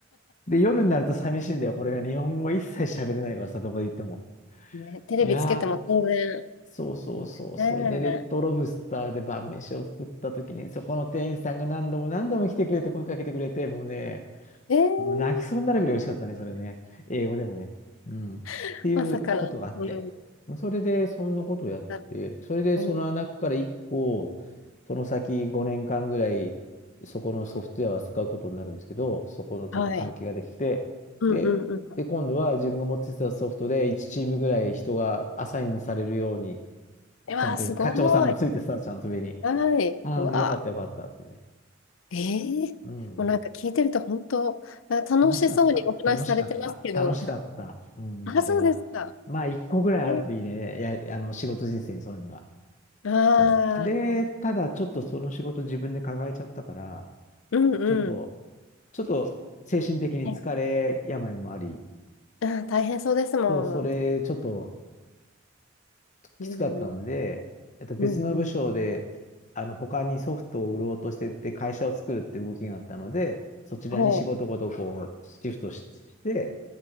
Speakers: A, on the left; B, on the left.
A: で、夜になると寂しいんだよ。これが日本語一切喋れないからさ、どこで言っても。
B: <laughs> ね、テレビつけても当然。
A: いやー、そうそうそう。それでレッドロブスターで晩飯を作った時に、
B: ね
A: そこの店員さんが何度も何度も来てくれて、声かけてくれて、もうね、
B: ええ
A: もう泣きそうになるぐらい美味しかったね、
B: ー
A: それね。英語でもね。うん。っていうことがあって。
B: <laughs> まさかの。うん。
A: それで、そんなことをやって、
B: だ
A: それで、
B: うん
A: その中から1個、その先5年間ぐらい、そこのソフトウェアを扱うことになるんですけど、そこのちょっと関係ができて、
B: はい。うんうんうん。
A: で、で、今度は自分が持ってたソフトで1チームぐらい人がアサインされるように、
B: うわー、
A: ちゃんと課長さんもついてさ、
B: すごい。
A: ちゃんと上に。
B: はい。
A: うん、
B: うわ
A: よかったよかったってね。
B: ー、えーもうなんか聞いてると本当、
A: うん。
B: あ楽しそうにお話しされてますけど、
A: 楽しかった。楽しかった。楽しかった。うん、
B: あ、
A: あれは。
B: そうですか。
A: まあ、一個ぐらいあるといいね。
B: え、
A: いや、あの、仕事人生にそういうのが。
B: ああ、
A: そう。で、ただ、ちょっとその仕事自分で抱えちゃったから、
B: うんうん。
A: ちょっと、ちょっと精神的に疲れ、
B: はい
A: 病もあり、
B: うん、大変そうですもん。
A: そう、それ、ちょっと
B: うん、
A: きつかったので、えっと、別の部署で、
B: うん、うん。
A: あの、他にソフトを売ろうとしてって会社を作るって動きがあったので、そちらに仕事ごとこう、
B: ほう。
A: シフトして、